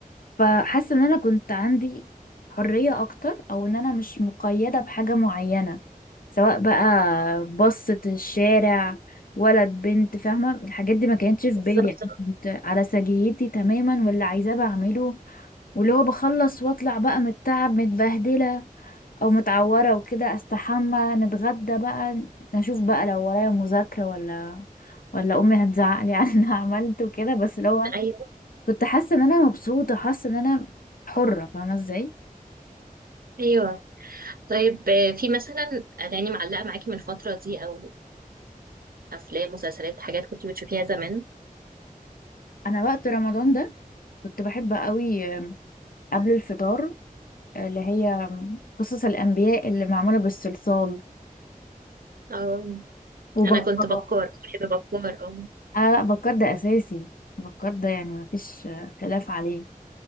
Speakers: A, on the left; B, on the right.
A: فحاسه ان انا كنت عندي حريه اكتر او ان انا مش مقيده بحاجه معينه سواء بقى بصة الشارع ولد بنت فاهمه الحاجات دي ما كانتش في
B: بالظبط
A: بالي يعني كنت على سجيتي تماما واللي عايزاه بعمله واللي هو بخلص واطلع بقى متعب متبهدله او متعوره وكده استحمى نتغدى بقى نشوف بقى لو ورايا مذاكره ولا ولا امي هتزعق لي على اللي <laughs> انا عملته كده بس لو
B: أيوه
A: كنت حاسه ان انا مبسوطه حاسه ان انا حره فاهمه ازاي
B: أيوه طيب آه، في مثلا أغاني معلقة معاكي من الفترة دي أو أفلام مسلسلات حاجات كنت بتشوفيها زمان
A: انا وقت رمضان ده كنت بحب قوي قبل الفطار اللي هي قصص الانبياء اللي معموله بالصلصال
B: اه
A: وبكار
B: انا كنت بكار بحب بكار اه
A: انا لا بكار ده اساسي بكار ده يعني مفيش خلاف عليه